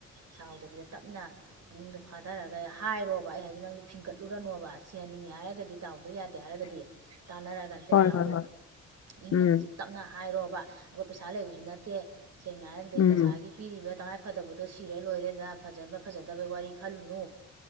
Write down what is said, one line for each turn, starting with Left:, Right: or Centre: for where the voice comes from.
Right: ꯁꯥꯎꯗꯕꯤꯗ ꯇꯞꯅ ꯛꯅꯨꯡꯗ ꯐꯥꯊꯔꯒ ꯍꯥꯏꯔꯣꯕ ꯑꯩ ꯍꯥꯏꯁꯦ ꯅꯪꯁꯨ ꯐꯤꯡꯒꯠꯂꯨꯔꯅꯣꯕ ꯁꯤꯍꯟꯅꯤꯡꯉꯦ ꯍꯥꯏꯔꯒꯗꯤ ꯗꯥꯎꯗꯣ ꯌꯥꯗꯦ ꯍꯥꯏꯔꯒꯗꯤ ꯇꯥꯟꯅꯔꯒ ꯅꯠꯇꯤꯟ
Left: ꯍꯣꯏ
Right: ꯏꯅꯥꯎꯗꯣ
Left: ꯍꯣꯏ ꯍꯣꯏ
Right: ꯏꯪꯅ
Left: ꯎꯝ
Right: ꯇꯞꯅ ꯍꯥꯏꯔꯣꯕ ꯑꯩꯈꯣꯏ ꯄꯩꯁꯥ ꯂꯩꯕꯁꯨ ꯅꯠꯇꯦ ꯁꯦꯡꯅ ꯍꯥꯏꯔꯒꯗꯤ
Left: ꯎꯝ
Right: ꯗꯁꯥꯒꯤ ꯄꯤꯔꯤꯕ ꯇꯉꯥꯏ ꯐꯠꯇꯕꯗꯣ ꯁꯤꯔ ꯂꯣꯏꯔꯦꯗ ꯐꯖꯕ ꯐꯖꯗꯕꯩ ꯋꯥꯔꯤ ꯈꯜꯂꯨꯅꯨ